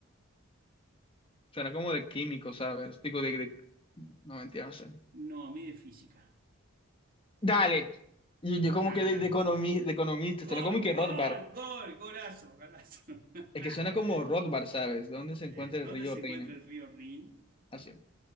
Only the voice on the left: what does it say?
Será como de químico, ¿sabes? Digo, de, de- No, mentira, no sé.
Dale. Yo,
yo como
que de, economista,
de economi- de economista,
será como que
Rothbard.
Es
que suena como Rothbard, ¿sabes? ¿Dónde se
encuentra
el río
Rin?
Así,